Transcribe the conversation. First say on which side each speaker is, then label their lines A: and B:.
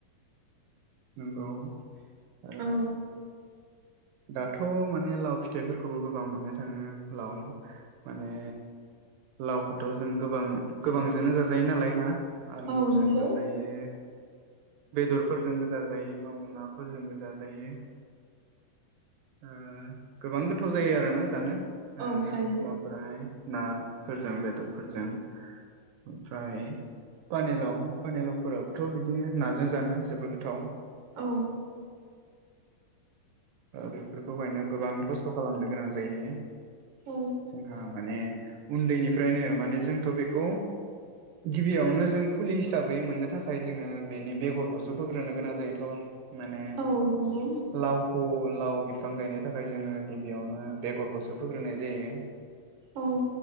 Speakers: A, on the right; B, on the right.
A: नंगौ आरो
B: औ
A: दाथ' माने लाव फिथाइफोरखौबो गोबां मोननो थाङो लाव माने लावखौथ' जों गोबां गोबांजोंनो जाजायो नालाय ना आलुजों
B: औ नंगौ
A: जाजायो बेदरफोरजोंबो जाजायो औ नाफोरजोंबो जाजायो ओह गोबां गोथाव जायो आरोना जानो
B: औ
A: ओह
B: जायो
A: लावफोराहाय ना फोरजों बेदरफोरजों ओमफ्राय पानिलाव पानिलावफोराबोथ' बिदिनो नाजों जानो जोबोद गोथाव
B: औ
A: औ दे खौ गायनो गोबां खस्थ' खालामनो गोनां जायो
B: औ
A: जोंहा माने उन्दैनिफ्रायनो माने जोंथ' बेखौ गिबियावनो जों फुलि हिसाबै मोननो थाखाय जोङो बेनि बेगरखौसो फोग्रोनो गोनां जायोथ' माने
B: औ नंगौ
A: लावख' लाव बिफां गायनो थाखाय जोङो गिबियावनो बेगरखौसो फोग्रोनाय जायो
B: औ